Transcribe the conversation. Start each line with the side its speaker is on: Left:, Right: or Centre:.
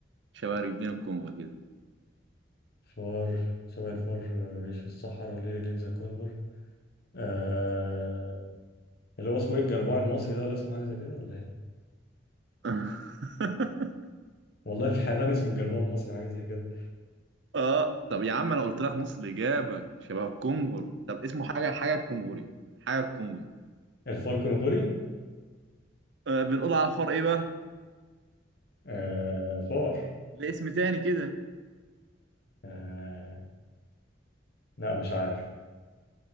Right: شبه رجلين الكونغر كده
Left: فار شبه الفار بيعيش في الصحراء وليه رجلين زي كونغر آه... اللي هو اسمه ايه الجربوع المصري ده ولا اسمه حاجه زي كده ولا ايه
Right: <laughs>
Left: والله في حيوان اسمه الجربوع المصري حاجه زي كده
Right: اه طب يا عم انا قلت لك نص الاجابه شبه الكونغر طب اسمه حاجه حاجه الكونغري حاجه الكونغري
Left: الفار كونغري
Right: آه بنقول على الفار ايه بقى
Left: آه... فار
Right: ده اسم تاني كده
Left: آه... لا مش عارف